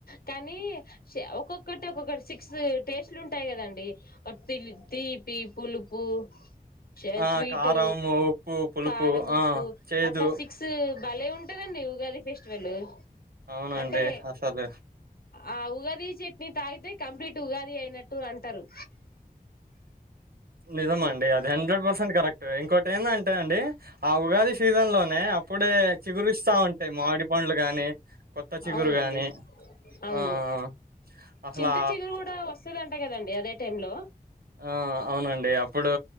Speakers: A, on the left; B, on the right.
A: కానీ ఒక్కొక్కటి ఒక్కొక్కట్ సిక్స్ టేస్ట్లు ఉంటాయి కదండి తి తీపి, పులుపు శ
B: ఆ
A: స్వీట్,
B: కారం ఉప్పు పులుపు
A: కారం, ఉప్పు
B: ఆ చేదు
A: అట్లా సిక్స్ భలే ఉంటదండి ఉగాది ఫెస్టివలు
B: అవునండి
A: అంటే
B: అసలు
A: ఆ ఉగాది చట్నీ తాగితే కంప్లీట్ ఉగాది అయినట్టు అంటారు
B: నిజమ అండి అది హండ్రెడ్ పర్సెంట్ కరెక్ట్ ఇంకోటి ఏందంటే అండి ఆ ఉగాది సీజన్ లోనే అప్పుడే చిగురు ఇస్తా ఉంటాయి మామిడి పండ్లు కానీ కొత్త చిగురు
A: అవునండి
B: కానీ
A: అవును
B: మ్మ్ అసలా
A: చింత చిగురు కూడా వస్తదంట కదండి అదే టైమ్ లో
B: ఆ అవునండి అప్ ఇప్పుడు